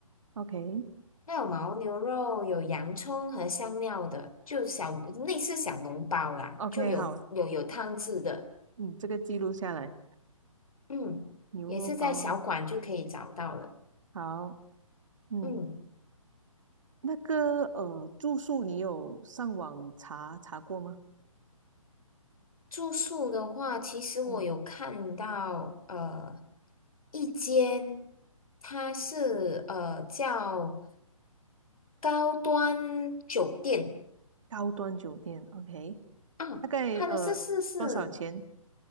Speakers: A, on the right; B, on the left.
A: ，OK
B: 它有牦牛肉，有洋葱和香料的，就小类似小笼包啦，
A: OK，
B: 就有有有汤汁的，
A: 好。嗯，这个记录下来，
B: 嗯，
A: 牛肉包啊，
B: 也是在小馆就可以找到了。
A: 好，嗯，
B: 嗯，
A: 那个呃，住宿你有上网查查过吗？
B: 住宿的话，其实我有看到呃
A: 嗯，
B: 一间，它是呃叫高端酒店
A: 高端酒店，OK，
B: 啊，
A: 大概呃多少钱？
B: 它的设施是